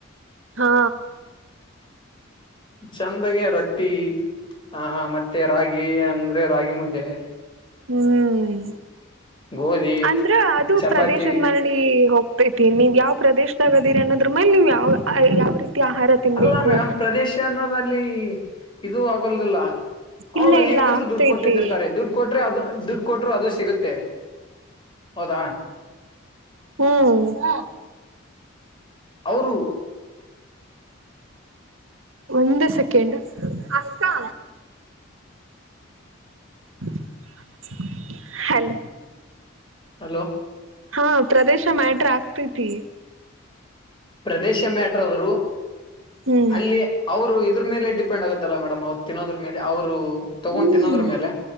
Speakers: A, on the right; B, on the left.
A: ಹಾ
B: ಚಂದಗೆ ರೊಟ್ಟಿ ಆ ಮತ್ತೆ ರಾಗಿ ಅಂದ್ರೆ ರಾಗಿ ಮುದ್ದೆ ಯಾಕೆ.
A: ಹ್ಮ್
B: ಗೋಧಿ
A: ಅಂದ್ರ ಅದು
B: ಚಪಾತಿ
A: ಪ್ರದೇಶದ ಮರಳಿ ಹೋಗ್ತ ತೈತಿ ನೀವು ಯಾವ ಪ್ರದೇಶದಾಗ ಅದೀರಿ ಅನ್ನೋದ್ರ ಮ್ಯಾಲ ನೀವ ಯಾವ ಯಾವ ರೀತಿ ಆಹಾರ ತಿನ್ಬೇಕು
B: ಅಲ್ಲ ಮೇಡಮ್ ಪ್ರದೇಶ ಅನ್ನೋದಲ್ಲಿ ಇದೂ ಆಗೊಲ್ದಿಲ್ಲ. ಅವ್ರು
A: ಇಲ್ಲ
B: ಹೆಂಗಿದ್ರು
A: ಇಲ್ಲ ಆಗ್ತೈತಿ
B: ದುಡ್ಡು ಕೊಟ್ಟಿ ತಿಂತಾರೆ ದುಡ್ಡು ಕೊಟ್ರೆ ಅದು ದುಡ್ಡ ಕೊಟ್ರು ಅದು ಸಿಗುತ್ತೆ ಹೌದಾ.
A: ಹ್ಮ್
B: ಅವ್ರು.
A: ಒಂದೇ ಸೆಕೆಂಡ್ ಅಕ್ಕಾ. <unintelligible> ಹೆಲೋ.
B: ಹಲೋ
A: ಹಾ ಪ್ರದೇಶ ಮ್ಯಾಟ್ರ ಆಗ್ತೈತಿ.
B: ಪ್ರದೇಶ ಮ್ಯಾಟ್ರ ಆದ್ರೂ
A: ಹ್ಮ್
B: ಅಲ್ಲಿ ಅವರು ಇದ್ರ ಮೇಲೆ ಡಿಪೆಂಡ್ ಆಗುತ್ತಲ್ಲ ಮೇಡ್ ಅವ್ರು ತಿನ್ನೋದ್ರ ಮೇಲೆ ಅವರು ತಗೊಂಡ್
A: ಹ್ಮ್
B: ತಿನ್ನೋದ್ರ ಮೇಲೆ